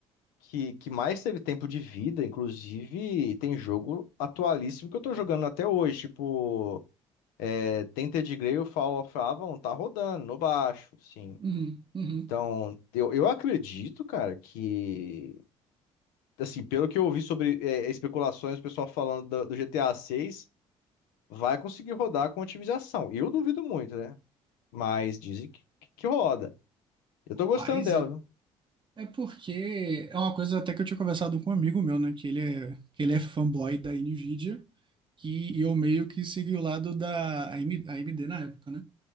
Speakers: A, on the left (about 65°); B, on the right (about 30°).
A: que, que mais teve tempo de vida. Inclusive, tem jogo atualíssimo que eu tô jogando até hoje. Tipo, é, Tainted Grail, Fall of Avalon, tá rodando no baixo, sim.
B: Uhum, uhum.
A: Então, eu, eu acredito, cara, que, assim, pelo que eu ouvi sobre é, é, especulações, o pessoal falando do, do GTA 6, vai conseguir rodar com otimização. Eu duvido muito, né? Mas dizem que, que roda. Eu tô gostando
B: Paz,
A: dela, viu?
B: É porque é uma coisa até que eu tinha conversado com um amigo meu, né? Que ele é, que ele é fanboy da Nvidia, que e eu meio que segui o lado da AM- AMD na época, né?